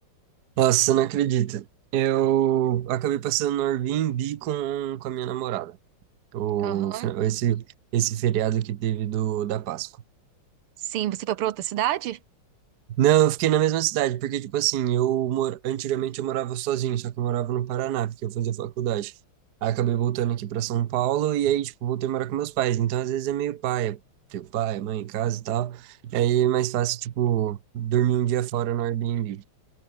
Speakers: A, on the right; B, on the right.
A: Nossa, você não acredita. Eu acabei passando no Airbnb com, com a minha namorada. O,
B: Aham.
A: fina- esse, esse feriado que teve do, da Páscoa.
B: Sim, você foi para outra cidade?
A: Não, eu fiquei na mesma cidade, porque, tipo assim, eu mor... antigamente eu morava sozinho, só que eu morava no Paraná, porque eu fazia faculdade. Aí acabei voltando aqui pra São Paulo e aí, tipo, voltei a morar com meus pais. Então, às vezes é meio paia, ter pai, mãe em casa e tal. E aí é mais fácil, tipo, dormir um dia fora no Airbnb.